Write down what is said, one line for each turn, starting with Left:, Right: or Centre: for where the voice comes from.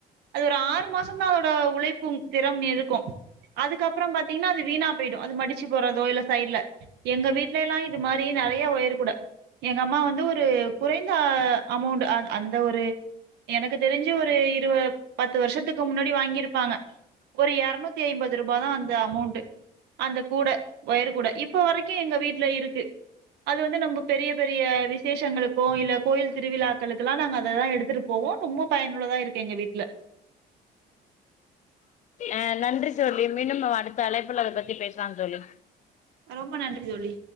Right: அது ஒரு ஆறு மாச ம் தான் உழைப்பும் திறம் இருக் கும் அதுக்கப்புறம் பாத்தீங்கன்னா அது வீணா போயிடும் அது மடி சு போறதோ இல்ல சைட்ல எங்க வீட்ல எல்லா இது மாரி நிறைய ஒயர் கூட எங்க அம்மா வந்து ஒரு குறைந்த அமௌண்ட் அ அந்த ஒரு எனக்கு தெரிஞ்சு ஒரு இருப பத்து வருஷத்துக்கு முன்னா வாங்கிருப்பாங்க ஒரு எறுநூத்தி ஐம்பது ரூபா தா அந்த அமௌண்ட் அந்த கூட வயர் கூட இப்போ வரைக் எங்க வீட்டுல இருக்கு அது வந்து நம்ம பெரிய பெரிய விசேஷங்களுக்கு இல்ல கோயில் திருவிழாக்களுக்கெல்லா நாங்க அததா எடுத்துட்டு போவோ ரொம்ப பயனுள்ளதா இருக்கு எங்க வீட்டுல
Left: அஹ் நன்றி தோழி மீண்டு அடுத்த அழைப்புல அத பத்தி பேசலாம் தோழி
Right: ரொம்ப நன்றி தோழி